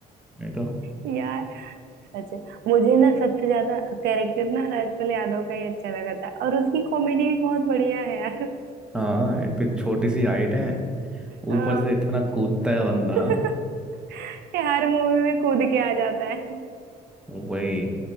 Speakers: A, in the centre; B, on the right.
A: नहीं तो
B: <laughs> यार सच में। मुझे ना सबसे ज्यादा कैरेक्टर ना राजपाल यादव का ही अच्छा लगा था और उसकी कॉमेडी भी बहुत बढ़िया है यार
A: हाँ एक फिर छोटी सी हाइट है
B: हाँ
A: ऊपर से इतना कूदता है बंदा
B: <laughs> ये हर मूवी में कूद के आ जाता है
A: वही